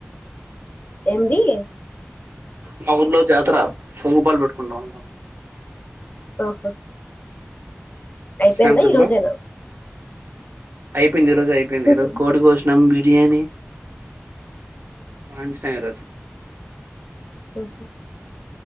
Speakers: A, on the left; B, on the right.
A: ఎంబి ఎ
B: మా ఊర్లో జాతర పొంగు పాలు పెట్టుకుంటాం
A: ఆహా అయిపోయిందా
B: షాప్స్ ఉండాలా
A: ఈ రోజేనా
B: అయిపోయింది ఈరోజు అయిపోయింది
A: చూసా
B: ఈరోజు
A: చూసా
B: కోడి కోసినం బిర్యానీ అంచి టైమ్ ఇ రోజు
A: ఓహో